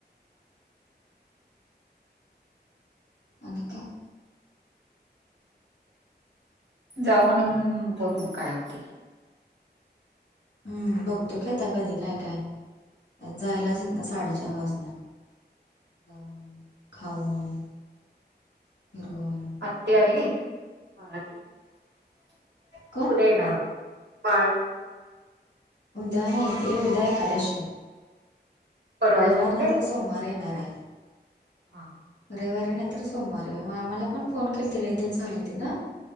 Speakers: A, on the left; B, on the right.
A: अनिकेत.
B: जाऊनं येऊन बघ मग काय होती.
A: हम्म बघतो की आता कधी काय काय जायलाच येत ना साडेचार वाजणार. जाऊन खाऊन फिरून.
B: आत्या आली बाळती
A: कोण
B: उद्या येणार वाटतं. बाळतं.
A: उदया हे ते उद्या एकादशी.
B: परवा
A: रविवार
B: येईल
A: नंतर सोमवार येणार आहे.
B: हा हा.
A: रविवारी नाहीतर सोमवारी आम्हाला पण फोन केलते लई दिवस झालं ते ना.